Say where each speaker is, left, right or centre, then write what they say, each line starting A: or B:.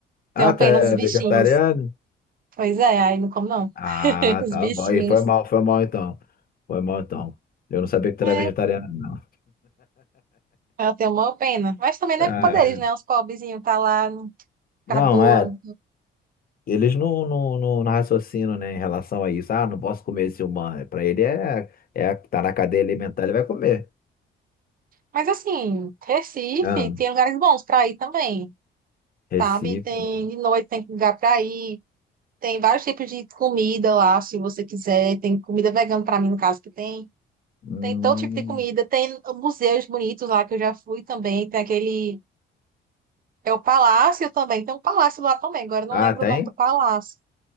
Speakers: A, on the left; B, on the right.
A: Ah,
B: tenho
A: tá
B: pena
A: é
B: os bichinhos.
A: vegetariano?
B: Pois é, aí não como, não.
A: Ah,
B: <laughs> Os
A: tá
B: bichinhos.
A: bom. E foi mal, foi mal então. Foi mal então. Eu não sabia que tu
B: É,
A: era vegetariano, não.
B: eu tenho uma pena. Mas também não
A: Ah,
B: é culpa deles, né? Os pobrezinhos tá lá, não perdoam.
A: não, é. Eles não, não, não, não raciocinam, né, em relação a isso. Ah, não posso comer esse humano. É, Pra ele é, é tá na cadeia alimentar, ele vai comer.
B: Mas, assim, Recife
A: Ah,
B: tem lugares bons pra ir também,
A: Recife,
B: sabe? Tem
A: né?
B: de noite, tem lugar pra ir. Tem vários tipos de comida lá, se você quiser. Tem comida vegana, pra mim, no caso, que tem.
A: Hum.
B: Tem todo tipo de comida, tem museus bonitos lá que eu já fui também, tem aquele. É o Palácio também, tem um palácio lá também, agora eu não
A: Ah,
B: lembro
A: tem?
B: o nome do palácio.